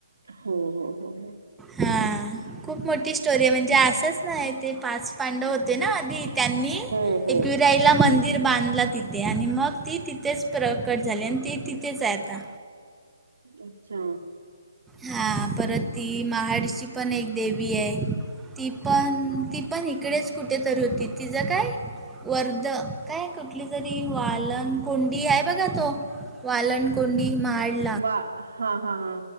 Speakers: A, on the right; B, in the centre.
A: हो हो हो हो
B: हा खूप मोठी स्टोरी आहे म्हणजे असंच नाही ते पाच पांडव होते ना आदी त्यांनी
A: हो हो
B: एकवीरा द्यायला मंदिर बांधला तिथे आणि मग ती तिथेच प्रकट झाली आणि ती तिथेच आहे आता.
A: अच्छा.
B: हा परत ती महाऋषि पण एक देवी आहे ती पण ती पण इकडेच कुठे तरी होती तिझं काय वरदं काय कुठलीतरी वालन कोंडी आहे बघा तो वालण कोंडी महाड
A: वा हा हा हा.